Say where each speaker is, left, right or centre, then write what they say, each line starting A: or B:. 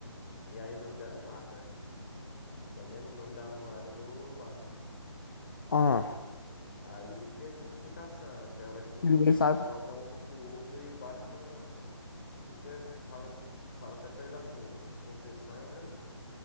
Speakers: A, on the left (about 30°); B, on the left (about 45°).
A: e aí o nome dela é Marta, né? Que é o mesmo nome da namorada do Batman.
B: ah,
A: Aí fica essa complicação, que aí o Lex Luthor
B: que ninguém
A: tenta
B: sabe.
A: colocar um contra o outro e o Batman fica, fala, fala até pra ele assim, você sangra,